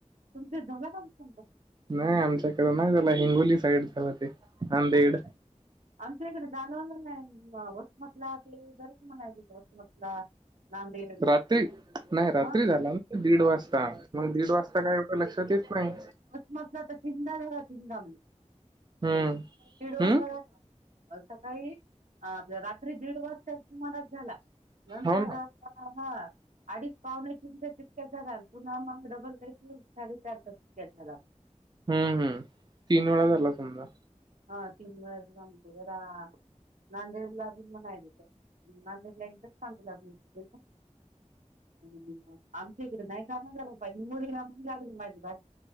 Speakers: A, on the right; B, on the right.
A: तुमचं <unintelligible> पण संपत.
B: नाही आमच्याकडें नाही झाला हिंगोली साईड झालं ते. नांदेड
A: हो. आमच्या इकडे जाणवलं नाही वसमतला ते गरज म्हणाय वसमतला. नांदेड
B: रात्री नाही रात्री
A: ह
B: झाला ना दीड वाजता मग दीड वाजता काय एवढं लक्षात येत नाही.
A: <unintelligible> चिंडाळला तिंदा म्हणे.
B: हम्म.
A: दीड वाजता
B: हम्म
A: का अ सकाळी आपल्या रात्री दीड वाजता सुमारास झाला नंतर
B: हो ना
A: हा अडीच पावणे तीनच्या तितक्या झाला पुन्हा मग डबल काय साडेचार टक्क्या झाला.
B: हम्म हम्म तीन वेळा झाला समजा.
A: हा तीन वेळा झाला <unintelligible> नांदेडला पण म्हणालाय त नांदेड नंतर सांगू लागली. <unintelligible> हम्म आमच्या इकडे नाही झालं <unintelligible> हिंगोळीला म्हणून. <unintelligible>